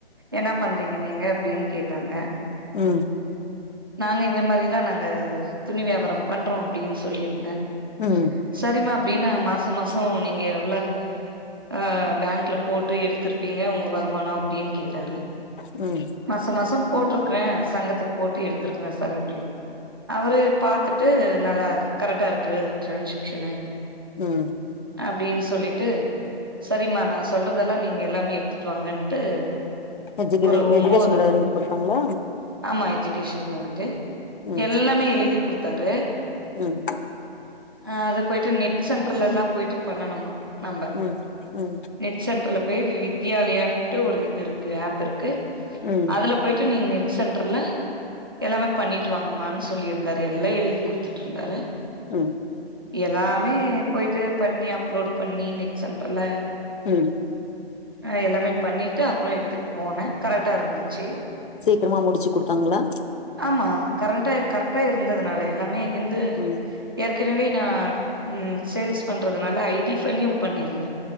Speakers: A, on the right; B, on the left.
A: என்ன பண்றீ நீங்க அப்டின் கேட்டாங்க
B: ம்
A: நாங்க இந்த மாரிதா நாங்க துணி வியாபார பண்றோ அப்டின் சொல்லிருந்தே
B: ம்
A: சரிமா அப்டின்னா மாசம மாச நீங்க எவ்ள அ பேங்க்ல போட்டு எடுத்திருப்பீங்க உங்க வருமானோ அப்டின் கேட்டாரு
B: ம்
A: மாச மாசம் போட்ருக்றே சங்கத்துக் போட்டு எடுத்திருக்குறே சார் அப்டின் அவரு பாத்துட்டு நல்லா கரெக்டா இருக்கு டிரான்சாக்ஷனு
B: ம்
A: அப்டின் சொல்லிட்டு சரிம்மா நா சொல்றதெல்லா நீங்க எல்லாமே எடுத்துட் வாங்கன்ட்டு
B: எஜுகே
A: ஒரு ஒம்போது
B: எஜுகேஷன் லோன் குடுத்தாங்களா
A: ஆமா எஜுகேஷன் லோனுக்கு
B: ம்
A: எல்லாமே எழுதி குடுத்தாரு
B: ம்
A: அ அது போயிட்டு நெட் சென்ட்ர்ல எல்லா போயிட்டு பண்ணணுமா நம்ப
B: ம் ம்
A: நெட் சென்டர்ல போய் வித்யாலயான்ட்டு ஒரு இது இருக்கு ஆப் இருக்கு
B: ம்
A: அதுலப் போயிட்டு நீங்க நெட் சென்டர்ல எல்லாமே பண்ணிட்டு வாங்கமான் சொல்லிருந்தாரு எல்லா எழுதி குடுத்துட்டிருந்தாரு
B: ம்
A: எல்லாமே போயிட்டு பண்ணி அப்லோட் பண்ணி நெட் சென்டர்ல
B: ம்
A: ஆ எல்லாமே பண்ணிட்டு அப்பறோ எடுத்துட் போனே கரெக்டா இருந்துச்சு
B: சீக்கிரமா முடிச்சு குடுத்தாங்களா
A: ஆமா கரென்ட்டா கரெக்டா இருந்ததுனால எல்லாமே எந்த
B: ம்
A: ஏற்கனவே நான் ம் சேல்ஸ் பண்ணுறதுனால ஐடி ஃபைலயும் பண்ணியிருந்தே